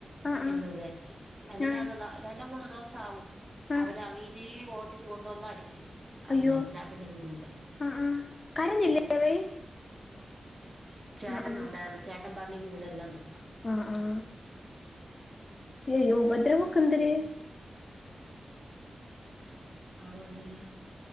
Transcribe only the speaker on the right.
എന്ന് വിചാരിച്ച് മെനങ്ങാന്ന്
ന രണ്ടോ മൂന്നോ ദിവസം ആവും
അവനെ അങ്ങിനെ ഓ ട്ടിച്ച്കൊണ്ട് വന്ന് അടിച്ച് അതിനേഷം
ഞാൻ പിന്നെ വിടൂല
ഓ ചേട്ടനും
ഉണ്ടായിരുന്നു ചേട്ടൻ പറഞ്ഞിനി വിടല്ലന്ന്
അങ്ങനെ അതുകൊണ്ട് പിന്നെ